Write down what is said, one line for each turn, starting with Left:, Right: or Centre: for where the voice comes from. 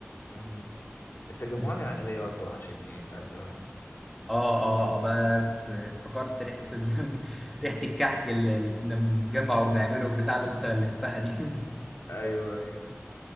Left: مهم. التجمعات
Centre: أنا-
Left: العائلية برضه وحشتني بتاعت زمان
Centre: اه اه بس افتكرت ريحة ال... <laughs> ريحة الكحك اللي اللي كنا بنجمع وبنعمله بتاع اللي بفضل الفها دي <laughs>
Left: أيوة أيوة